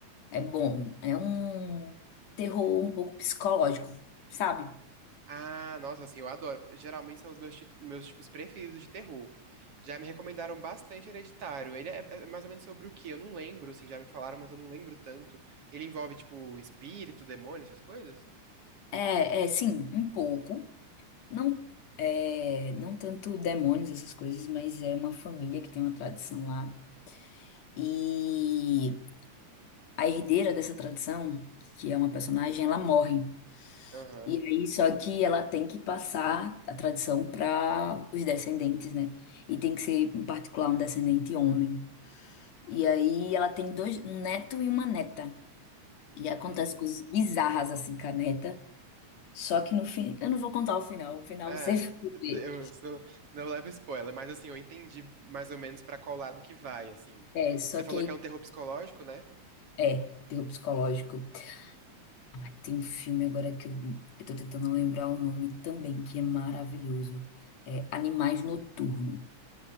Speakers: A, on the left (about 65°); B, on the right (about 50°).
A: É bom. É um terror um pouco psicológico, sabe?
B: Ah, nossa, assim, eu adoro. Geralmente são os meus, tit- meus tipos preferidos de terror. Já me recomendaram bastante Hereditário. Ele é é mais ou menos sobre o quê? Eu não lembro, assim, já me falaram, mas eu não lembro tanto. Ele envolve, tipo, espírito, demônio, essas coisas?
A: É, é, sim, um pouco. Não, é, não tanto demônios, essas coisas, mas é uma família que tem uma tradição lá. E a herdeira dessa tradição, que é uma personagem, ela morre.
B: Aham.
A: E aí, só que ela tem que passar a tradição para os descendentes, né? E tem que ser, em particular, um descendente homem. E aí, ela tem dois, um neto e uma neta.
B: Hum.
A: E acontece coisas bizarras assim, caneta. Só que no fim, eu não vou contar o final, o final
B: É,
A: você <laughs> vai ver.
B: eu, senão, senão eu levo spoiler, mas assim, eu entendi mais ou menos pra qual lado que vai, assim.
A: É, só
B: Você falou
A: que aí,
B: que é um terror psicológico, né?
A: é, terror psicológico. Ah, tem um filme agora que eu, eu tô tentando lembrar o nome também, que é maravilhoso. É Animais Noturno.